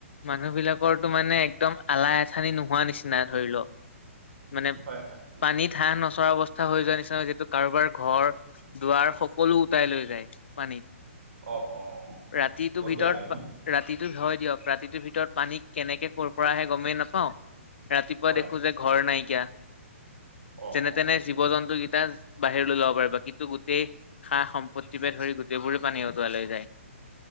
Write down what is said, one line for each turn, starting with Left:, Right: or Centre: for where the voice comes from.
Left: মানুহ বিলাকৰটো মানে একদম আলাহ আথানি নোহোৱা নিচিনা ধৰি লওক মানে
Right: হয়, হয়,
Left: পানীত হাঁহ নচৰা অৱস্থা হৈ যোৱা নিচিনা যিতু কাৰোবাৰ ঘৰ দুৱাৰ সকলো উটাই লৈ যায় পানীত
Right: অ', অ',
Left: ৰাতিটো
Right: বহুত
Left: ভিতৰত
Right: বেয়া লাগে ন?
Left: ৰাতিটো হয় দিয়ক ৰাতি ভিতৰত পানী কেনেকে ক পৰা আহে গমেই নাপাওঁ ৰাতিপুৱা
Right: হয়,
Left: দেখো যে ঘৰ নাইকিয়া
Right: অ',
Left: যেনে
Right: অ',
Left: তেনে জীৱ জন্তুকেইটা বাহিৰলৈ ল'ব পাৰিবা কিন্তু গোটেই সা সম্পত্তি পে ধৰি গোটেইবোৰে পানী উতুৱালৈ যায় <inaudible>